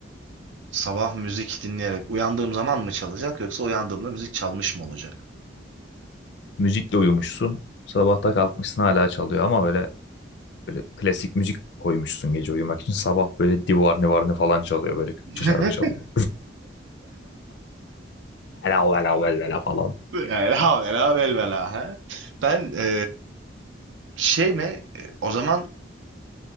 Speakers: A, on the right; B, on the left.
A: Sabah müzik dinleyerek uyandığım zaman mı çalacak yoksa uyandığımda müzik çalmış mı olacak?
B: Müzikle uyumuşsun. Sabahta kalkmışsın hala çalıyor ama böyle Böyle klasik müzik koymuşsun gece uyumak için. Sabah böyle Divarni Varni falan çalıyor. Böyle Kürtçe
A: <laughs>
B: şarkı çalıyor. <laughs> Vela vela vela vela falan.
A: Ela vela vel vela he. Ben e, şey mi e, o zaman